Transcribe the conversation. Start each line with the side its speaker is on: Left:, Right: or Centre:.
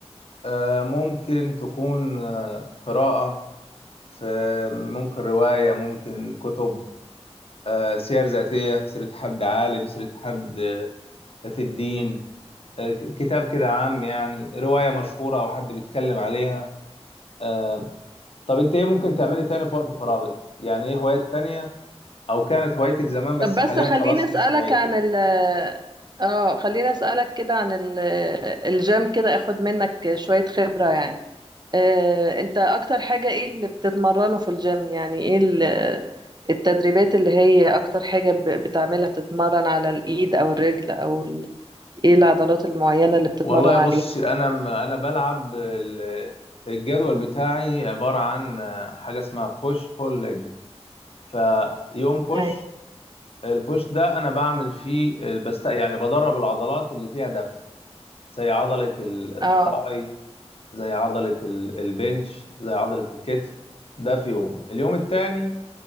Left: آه، ممكن تكون آه، قراءه في ممكن روايه ممكن كتب آه، سير ذاتية سيرة حد عالم سيرة حد آه، في الدين آه، ك- كتاب كده عام يعني رواية مشهورة أو حد بيتكلم عليها آه، طب أنت إيه ممكن تعملي تاني في وقت فراغك؟ يعني إيه هوايات تانية أو كانت هوايتك زمان بس
Right: طب بس
Left: حاليا
Right: خليني
Left: خلاص
Right: اسالك
Left: مش هوايتك؟
Right: عن ال اه خليني اسالك كده عن ال- الجيم كده اخد منك شويه خبره يعني آه، انت اكتر حاجه ايه اللي بتتمرنه في الجيم يعني ايه ال- التدريبات اللي هي اكتر حاجه ب- بتعملها بتتمرن على الايد او الرجل او ال... ايه العضلات المعينه اللي بتتمرن
Left: والله يا
Right: عليها
Left: بص أنا م- أنا بلعب ال- الجدول بتاعي عبارة عن آه، حاجة اسمها بوش بول ليج فيوم بوش
Right: ايوه
Left: البوش ده أنا بعمل فيه بست يعني بدرب العضلات اللي فيها دفع زي عضلة ال- التراي
Right: اه
Left: زي عضلة ال- البنش زي عضلة الكتف ده في يوم اليوم التاني